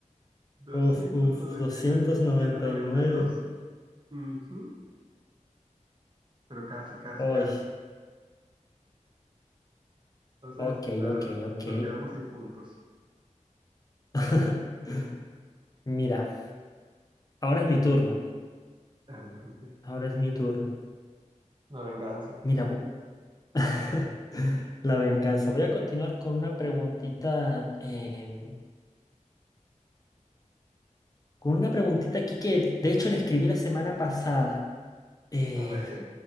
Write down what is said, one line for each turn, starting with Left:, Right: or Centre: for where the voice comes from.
Right: doscientos
Left: uf, uf,
Right: noventa
Left: doscientos
Right: y nueve nueve 299.
Left: noventa y nueve.
Right: 299, 792. ujú, Pero casi, casi,
Left: Ay,
Right: casi. Entonces,
Left: ok,
Right: nada,
Left: ok, ok.
Right: nos quedamos sin puntos.
Left: <laughs> Mira, ahora es mi turno.
Right: Adelante.
Left: Ahora es mi turno.
Right: La venganza.
Left: Mira, vo- <laughs> La venganza. Voy a continuar con una preguntita, em, con una preguntita aquí que de hecho la escribí la semana pasada eh,
Right: A ver.